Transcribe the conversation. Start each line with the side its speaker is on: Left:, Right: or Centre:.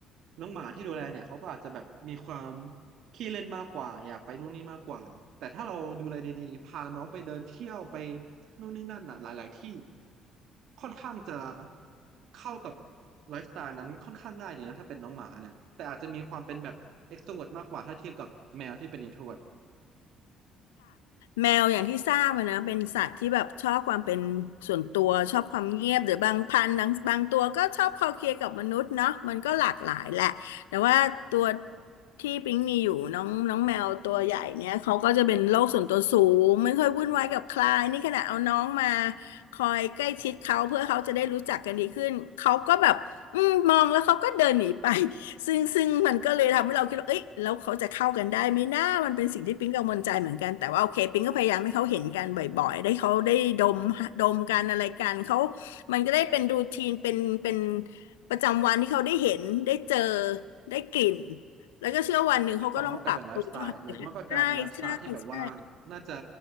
Right: น้องหมาที่ดูแลเนี่ยเขาก็อาจจะแบบมีความขี้เล่นมากกว่าอยากไปนู่นนี่มากกว่าแต่ถ้าเราดูแลดีๆพาน้องไปเดินเที่ยวไปนู่นนี่นั่นอ่ะหลายๆที่ ค่อนข้างจะเข้ากับไลฟ์สไตล์นั้นค่อนข้างง่ายดีนะถ้าเป็นน้องหมาเนี่ยแต่อาจจะมีความเป็นแบบ extrovert มากกว่าถ้าเทียบกับแมวที่เป็น introvert
Left: แมวอย่างที่ทราบอะนะเป็นสัตว์ที่แบบชอบความเป็นส่วนตัวชอบความเงียบหรือบางพันธุ์บางตัวก็ชอบคลอเคลียร์กับมนุษย์เนาะมันก็หลากหลายแหละแต่ว่าตัวที่ปิ๊งมีอยู่น้องน้องแมวตัวใหญ่เนี่ยเขาก็จะเป็นโลกส่วนตัวสูงไม่ค่อยวุ่นวายกับใครนี่ขนาดเอาน้องมาคอยใกล้ชิดเขาเพื่อเขาจะได้รู้จักกันดีขึ้นเขาก็แบบอืมมองแล้วเขาก็เดินหนีไป ซึ่งซึ่งมันก็เลยทำให้เราคิดว่าเอ้ยแล้วเขาจะเข้ากันได้ไหมนะมันเป็นสิ่งที่ปิ๊งกังวลใจเหมือนกันแต่ว่าโอเคปิ๊งก็พยายามให้เขาเห็นกันบ่อยๆได้เขาได้ดมดมกันอะไรกันเขามันก็ได้เป็นรูทีนเป็นเป็นประจำวันที่เขาได้เห็นได้เจอได้กลิ่นแล้วก็เชื่อวันหนึ่งเขาก็ต้องปรับตัวเข้าหากันใช่ใช่ใช่
Right: นั่นหมายความว่าการเป็นไลฟ์สไตล์เดี๋ยวมันก็กลายเป็นไลฟ์สไตล์ที่แบบว่าน่าจะ